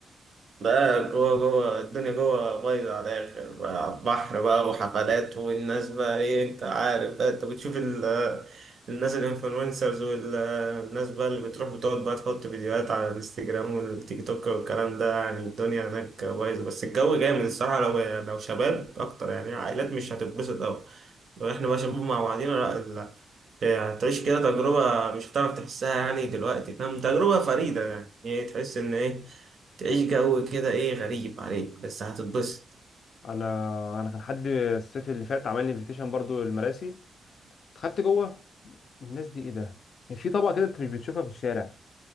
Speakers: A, on the right (about 45°); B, on the left (about 55°).
A: ده جوه جوه الدنيا جوه بايظة على الآخر بقى على البحر بقى وحفلات والناس بقى إيه أنت عارف بقى أنت بتشوف ال- الناس الإنفلونسرز والناس بقى اللي بتروح بتقعد بقى تحط فيديوهات على الانستجرام والتيك توك والكلام ده يعني الدنيا هناك بايظة بس الجو جامد الصراحة لو لو شباب أكتر يعني عائلات مش هتتبسط أوي لو إحنا بقى شباب مع بعضينا لا هتعيش كده تجربة مش هتعرف تحسها يعني دلوقتي فاهم تجربة فريدة يعني ايه تحس ان ايه تعيش جو كده ايه غريب عليك بس هتتبسط
B: انا انا كان حد الصيف اللي فات عمل لي انفيتيشن برضو المراسي دخلت جوه الناس دي ايه ده كان في طبقه كده انت مش بتشوفها في الشارع